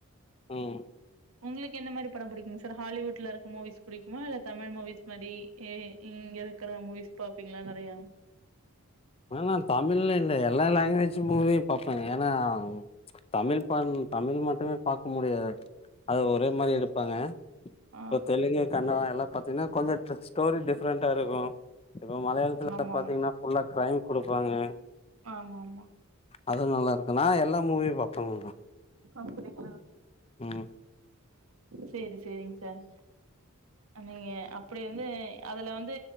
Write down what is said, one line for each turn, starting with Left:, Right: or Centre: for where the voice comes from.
Left: ம்
Right: உங்களுக்கு என்ன மாரி படம் புடிக்குங்க சார் ஹாலிவுட்ல இருக்க மூவிஸ் புடிக்குமா இல்ல தமிழ் மூவிஸ் மாரி ஏய் இங்க இருக்குற மூவிஸ் பாப்பீங்ளா நெறையா
Left: ஆனா நா தமிழ்ன்னு இல்ல எல்லா லாங்குவேஜ் மூவியு பாப்பேங்க ஏன்னா தமிழ் பண் தமிழ் மட்டுமே பாக்க முடியாது அது ஒரே மாரி எடுப்பாங்க
Right: ஆ
Left: இப்ப தெலுங்கு கன்னடம் எல்லா பாத்தீங்கன்னா கொஞ்ச ஸ்டோரி டிஃப்ரெண்ட்டா இருக்கு இப்போ மலையாளத்ல
Right: ஆமா
Left: பாத்தீங்கன்னா
Right: ஆமா
Left: ஃபுல்லா டைம் குடுப்பாங்க
Right: ஆமா ஆமா
Left: அதுவு நல்லா இருக்கு நா எல்லா மூவியு பாப்பங்க
Right: அப்டிங்ளா
Left: ம்
Right: சேரி சேரிங்க சார் நீங்க அப்டி வந்து அதுல வந்து